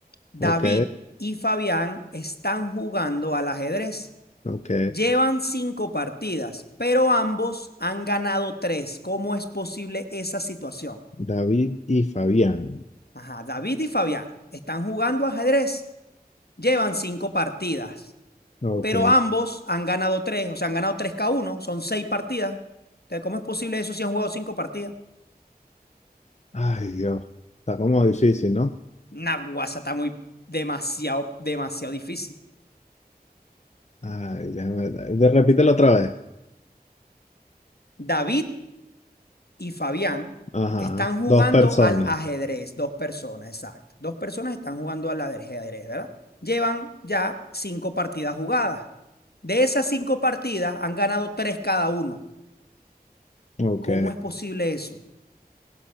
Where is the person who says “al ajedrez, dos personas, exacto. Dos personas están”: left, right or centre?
Left